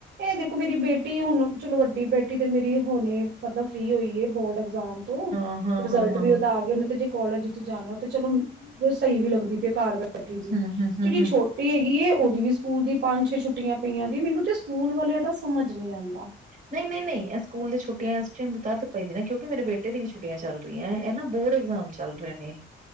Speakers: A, on the right; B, on the right.
A: ਇਹ ਦੇਖੋ ਮੇਰੀ ਬੇਟੀ ਹੁਨ ਚਲੋ ਵੱਡੀ ਬੇਟੀ ਤੇ ਮੇਰੀ ਹੁਨੇ ਮਤਲਬ ਫ੍ਰਰੀ ਹੋਈ ਏ ਬੋਰਡ ਐਗਜ਼ਾਮ
B: ਹਾਂ ਹਾਂ
A: ਰਿਜਲਟ
B: ਹਾਂ ਹਾਂ
A: ਵੀ ਉਹਦਾ ਆ ਗਯਾ ਤੇ ਜੇ ਕੋਾਲਜ ਵਿੱਚ ਜਾਨਾ ਤੇ ਚਲੋ ਸਹੀ ਵੀ ਲੱਗਦੀ ਪਈ ਇ ਘਰ ਬੈ ਠੀ ਦੀ
B: ਹਮ
A: <unintelligible>
B: ਹਮ ਹਮ
A: ਜਿਹੜੀ
B: ਹਮ
A: ਛੋਟੀ ਹੈਗੀ ਏ ਉਹਦੀ ਵੀ ਸਕੂਲ ਦੀ ਪੰਜ ਛੇ ਛੁੱਟੀਆਂ ਪਈਆਂ ਦੀਐ ਮੈਨੂੰ ਤੇ ਸਕੂਲ ਵਾਲਿਆਂ ਦਾ ਸਮਝ ਨਹੀਂ ਆਉਂਦਾ
B: ਨਹੀਂ ਨਹੀਂ ਨਹੀਂ ਐ ਸਕੂਲ ਦੇ ਛੁ ਟੀਆਂ ਤੱਦ ਪਾਈਦੇ ਨੇ ਕਿਉਕਿ ਮੇਰੇ ਬੇਟੇ ਦੀ ਵੀ ਛੱਟਿਆਂ ਚੱਲ ਇਹ ਨਾ ਬੋਰਡ ਐਗਜ਼ਾਮ ਚੱਲ ਰਹੇ ਨੇ